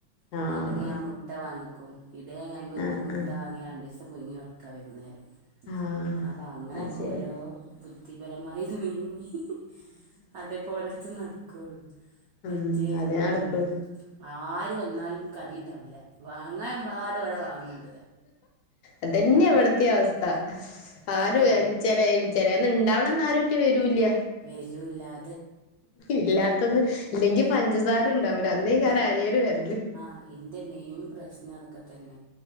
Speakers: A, on the right; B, on the left.
A: പിന്നെ
B: ആഹ്
A: അല്ലെങ്കി ആ മുട്ട വാങ്ങി കും ഇതേ ഇപ്പെക്കും
B: ആഹ്
A: മുട്ട
B: ആഹ്
A: വാങ്ങിയാണ്ട് ഒക്കെ പുഴങ്ങി കൊടുക്കാ വൈകുന്നേരം
B: ആഹ്
A: അപ്പം അങ്ങനൊക്കെ
B: അത് ശരിയാ
A: ഓരോ <unintelligible> പരമായി <unintelligible> അതേ പോലെടുത്ത നടും കൾ മറ്റേ
B: ഉം അതേ
A: ഉം
B: നടക്കുള്ളൂ
A: ആര് വന്നാലും കടി ഉണ്ടാവില്ല വാങ്ങാൻ എമ്പാടും ഇവിടെ വാങ്ങണ്
B: അതന്നെയാ ഇവിടത്തയും അവസ്ഥ ആരും
A: ഉം
B: അഞ്ചന ചെലേന്ന് ഉണ്ടാവണ അന്ന് ആരും ഒറ്റ് വരൂ ഇല്ല്യ
A: <unintelligible>
B: ഇല്ലാത്തൊന്ന് ഇല്ലെങ്കി പഞ്ചസാര ഇണ്ടാവൂല അ <unintelligible> ആരേലും വെരല്ല്
A: അ ഇൻ്റെ മെയിൻ പ്രശ്നം അതൊക്കെ തന്നെ